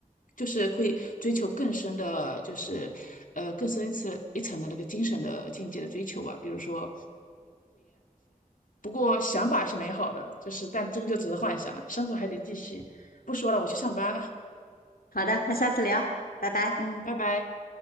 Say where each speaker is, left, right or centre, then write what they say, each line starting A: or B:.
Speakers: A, on the left; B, on the left.
A: 就是会追求更深的，就是呃更深一层一层的那个精神的境界的追求吧。比如说，不过想法是美好的，就是但终究只是幻想了，生活还得继续。不说了，我去上班了，
B: 好的，那下次聊，拜拜。
A: 嗯，拜拜。